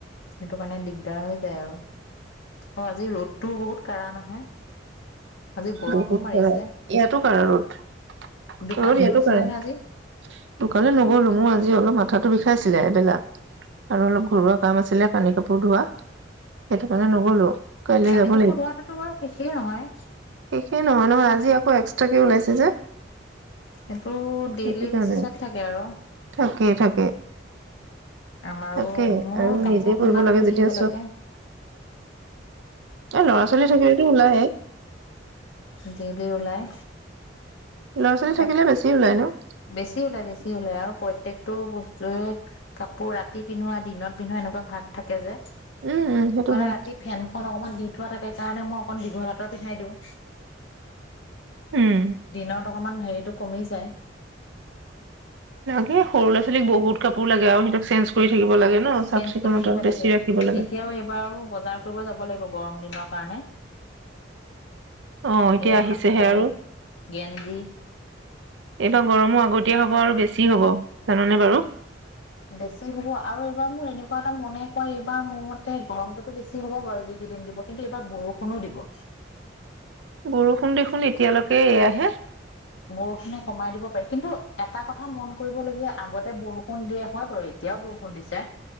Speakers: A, on the left (about 70°); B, on the right (about 70°).
A: সেইটো কাৰণে দিগদাৰ হৈ আৰু অ আজি ৰ'দ তোৰ বহুত কঢ়া নহয় আজি গৰমো
B: বহুত
A: মাৰিছে
B: কাৰা ইয়াতো কাঢ়া ৰ'দ
A: দোকানলৈ
B: ৰ'দ ইয়াতো
A: গৈছিলে নে আজি
B: দোকানলৈ নগলো মো আজ আজি অলপ মাথাটো বিষাইছিলে এবেলা আৰু অলপ ঘৰুৱা কাম আছিলে কানি কাপোৰ ধোৱা সেইটো কাৰণে নগলো কাইলৈ
A: কানি
B: যাব
A: কাপোৰ ধোৱাটোতো বাৰ শেষেই নহয়
B: একেইে নহয় নহয় আজি আকৌ এক্সট্ৰাকে ওলাইছে এ যে
A: এইটো ডেইলি
B: সেইটো কাৰণে
A: বেচিছত থাকে আৰু
B: থাকেই থাকে
A: আমাৰো
B: তাকে
A: মোৰ
B: আৰু
A: কাপোৰ
B: নিজে কৰিব
A: কিমান
B: লাগে
A: ধুই
B: যেতিয়া
A: থাকিব
B: চব
A: লাগে
B: এই ল'ৰা ছোৱালী থাকিলেতো ওলাইে
A: ডেলি ওলাই
B: ল'ৰা ছোৱালী থাকিলে
A: তাক
B: বেছি ওলায় ন
A: বেছি ওলাই বেছি ওলাই আৰু প্ৰত্য়েকতটো বস্তুৱে কাপোৰ ৰাতি পিন্ধোৱা দিনত পিন্ধোৱা এনেকুৱা ভাগ থাকে যে
B: উম উম সেইটো
A: মানে
B: হয়
A: ৰাতি ফেনখনন অকমান দি উঠোৱা থাকে কাৰণে মই অক দীঘল লতৰ পিন্ধাই দিওঁ
B: উম
A: দিন ত অকমান হেৰিতটো কমি যায়
B: তে সৰু ল' ছোৱালীক বহুত কাপোৰ লাগে আৰু সিহতক চঞ্জ কৰি থিব লাগে ন চাফ
A: চেঞ্জ
B: চিকুণতাত
A: কৰি থাকিব
B: বেছি
A: লাগে এতিয়াও
B: ৰাখিব লাগে
A: এইবাৰো বজাৰ ব যাব লাগিব গৰম দিনৰ কাৰণে
B: অ এতিয়া
A: এই
B: আহিছেহে
A: হাফ পেণ্ট
B: আৰু
A: গেঞ্জি
B: এইবাৰ গৰমো আগতীয়া হব আৰু বেছি হব জাননেে বাৰু
A: বেছি হ'ব আৰু এইবাৰ মোৰ এনেকুৱা এটা মনে কয় এইবাৰ মোৰ মতে গৰমটোতো বেছি হব বাৰু যিকেইদিন দিব কিন্তু এইবাৰ বৰষুণো দিব
B: বৰষুণ দেখোন এতিয়ালৈকে এয়াহে
A: বৰষুনক সমাই দিব পাৰি কিন্তু এটা কথা মন কৰিবলগীয়া আগতে বৰষুণ দিয়ে হয় বাৰু এতিয়াও বৰষুণ দিছে